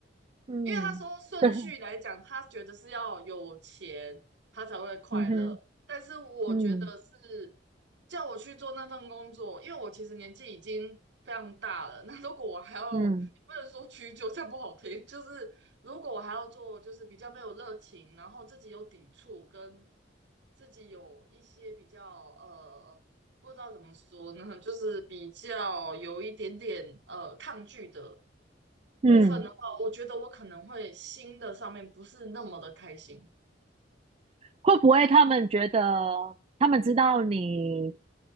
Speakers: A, on the right; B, on the right.
A: 嗯，
B: 因为他说顺序来讲，
A: <laughs>
B: 他觉得是要有钱，他才会快乐。
A: 嗯哼，
B: 但是我觉得是
A: 嗯
B: 叫我去做那份工作，因为我其实年纪已经非常大了。<laughs> 那如果我还要，
A: 嗯
B: 不能说屈就，这样不好听。就是如果我还要做，就是比较没有热情，然后自己有抵触跟自己有一些比较呃，不知道怎么说呢，就是比较有一点点呃抗拒的
A: 嗯，
B: 部分的话，我觉得我可能会新的上面不是那么的开心。
A: 会不会他们觉得他们知道你